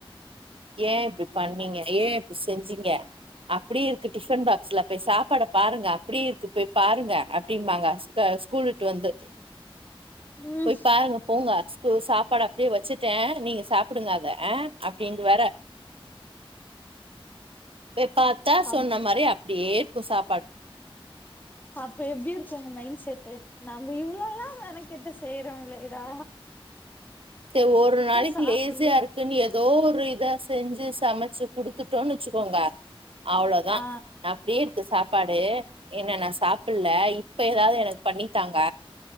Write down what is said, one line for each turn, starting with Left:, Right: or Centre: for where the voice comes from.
Right: ஏ இப்டி பண்ணீங்க ஏ இப்டி செஞ்சீங்க அப்டியே இருக்கு டிஃபன் பாக்ஸ்ல போய் சாப்பாட பாருங்க அப்டியே இருக்கு போய் பாருங்க அப்டிம்பாங்க ஸ்த ஸ்கூல் விட்டு வந்து
Left: ம்
Right: போய் பாருங்க போங்க ஸ்கூல் சாப்பாடு அப்டியே வச்சுட்டே நீங்க சாப்டுங்க அத ஆ அப்டீன்டு வர போய் பாத்தா
Left: அப்
Right: சொன்ன மாரி அப்டியே இருக்கு சாப்பாடு
Left: அப்ப எப்டி இருக்கு ஒங்க மைண்ட் செட்டு நம்ம இவ்ளோல்லா மெனக் கெட்டு செய்றோல்ல எதா
Right: சேர் ஒரு நாளக்கி
Left: சாப்புட்ல
Right: லேசியா இருக்குன்னு ஏதோ ஒரு இத செஞ்சு சமச்சு குடுத்துட்டோன்னு வச்சுக்கோங்க அவ்ளோதா
Left: ஆ
Right: அப்டியே இருக்கு சாப்பாடு என்ன நா சாப்பிட்ல இப்ப ஏதாவது எனக்கு பண்ணி தாங்க